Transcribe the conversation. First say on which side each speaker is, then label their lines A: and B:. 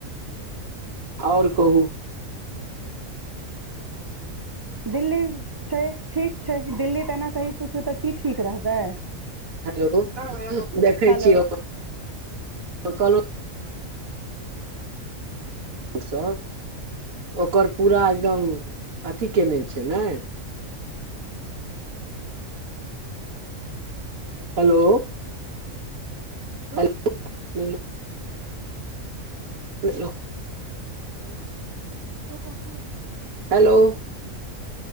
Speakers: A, on the right; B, on the right.
A: और कहु
B: दिल्ली छय ठीक छै दिल्ली तऽ एना सही पूछू तऽ की ठीक रहबै
A: हेलो देखय
B: हेलो
A: छिये कहलो रस ओकर पूरा एकदम अथी केने छय ने हेलो हो हेलो हेलो